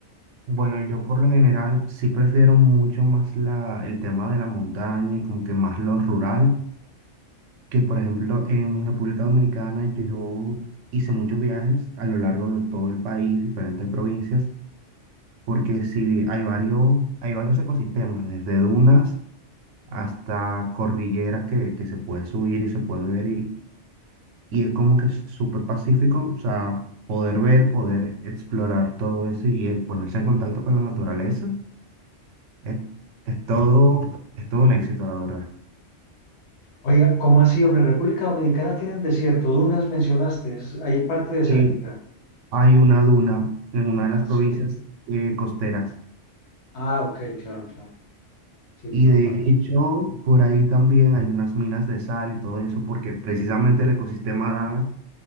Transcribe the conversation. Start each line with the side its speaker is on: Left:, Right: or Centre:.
Right: Bueno, yo por lo general sí prefiero mucho más la, el tema de la montaña y como que más lo rural, que por ejemplo en República Dominicana yo hice muchos viajes a lo largo de todo el país, diferentes provincias, porque sí hay varios, hay varios ecosistemas, desde dunas hasta cordilleras que, que se puede subir y se puede ver y, y es como que súper pacífico, o sea, poder ver, poder explorar todo eso y eh, ponerse en contacto con la naturaleza. Es, es todo, es todo un éxito, la verdad.
Left: Oiga, ¿cómo así, hombre? República Dominicana tienen desierto, dunas mencionaste, es, hay parte desértica.
Right: Que hay una duna en una
Left: Ah,
Right: de las
Left: sí.
Right: provincias eh, costeras.
Left: Ah, ok, claro, claro. Sí, por
Right: Y de
Left: la parte.
Right: hecho, por ahí también hay unas minas de sal y todo eso, porque precisamente el ecosistema da,